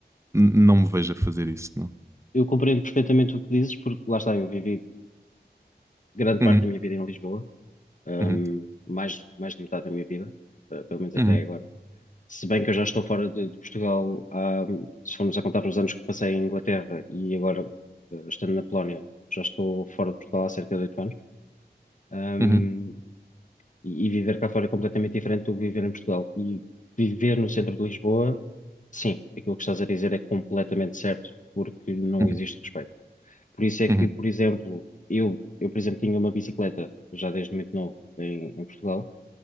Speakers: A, on the right; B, on the left.
A: n- não me vejo a fazer isso, não.
B: eu compreendo perfeitamente o que dizes, porque lá está, eu vivi grande parte
A: Uhum,
B: da minha vida em Lisboa, hum,
A: uhum,
B: mais, mais de metade da minha vida, eh, pelo menos até
A: uhum,
B: agora. Se bem que eu já estou fora de, de Portugal, há, se formos a contar os anos que passei em Inglaterra e agora eh, estando na Polónia, já estou fora de Portugal há cerca de oito anos. Ahm,
A: uhum,
B: e, e viver cá fora é completamente diferente do que viver em Portugal. E viver no centro de Lisboa, sim, aquilo que estás a dizer é completamente certo, porque não
A: uhum.
B: existe respeito. Por isso é
A: Uhum.
B: que, por exemplo, eu, eu por exemplo, tinha uma bicicleta já desde muito novo em, em Portugal.